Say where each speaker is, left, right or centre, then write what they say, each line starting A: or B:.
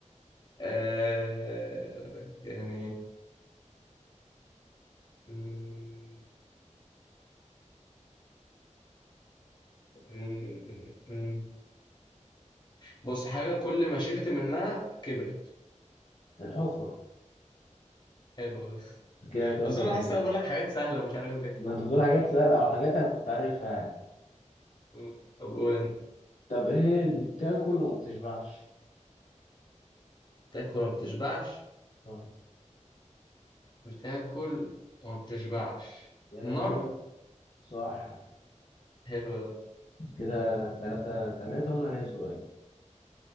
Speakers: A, on the left; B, on the left.
A: آه يعني مم، مم، مم، مم. بص حاجة كل ما شلت منها كبرت
B: الحفرة
A: حلو ده <laughs>
B: كده تلاتة
A: اظن
B: اتنين
A: حاسس إن انا بقول لك حاجات سهلة مش عارف ليه
B: ما انت آه. بتقول حاجات سهلة او حاجات انا كنت عارفها يعني
A: مم. طب قول انت
B: طب ايه اللي بتاكل وما بتشبعش
A: تاكل ما بتشبعش
B: طيب.
A: بتاكل وما بتشبعش
B: يعني
A: النار
B: حاجة صح
A: حلو ده
B: كده تلاتة تلاتة وانا ليا سؤال